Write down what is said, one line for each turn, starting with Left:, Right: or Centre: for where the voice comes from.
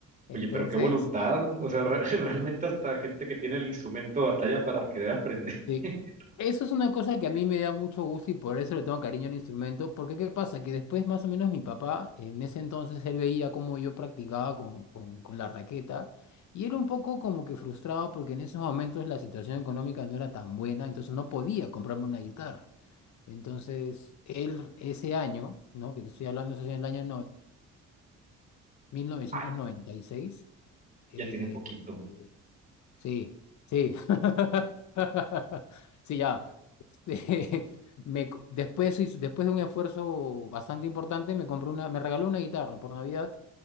Left: Entonces,
Right: Oye, pero qué voluntad. O sea, re- <laughs> realmente hasta gente que tiene el instrumento batalla para querer aprender.
Left: Sí.
Right: <laughs>
Left: Eso es una cosa que a mí me da mucho gusto y por eso le tengo cariño al instrumento, porque ¿qué pasa? Que después más o menos mi papá, en ese entonces, él veía cómo yo practicaba con, con, con la raqueta y era un poco como que frustrado porque en esos momentos la situación económica no era tan buena, entonces no podía comprarme una guitarra. Entonces, él ese año, ¿no? Que te estoy hablando, eso es en el año 96, 1996,
Right: Ah,
Left: eh,
Right: ya tiene poquito.
Left: sí, sí. <laughs> Sí, ya. <laughs> me co- después, hice- después de un esfuerzo bastante importante, me compré una, me regaló una guitarra por Navidad,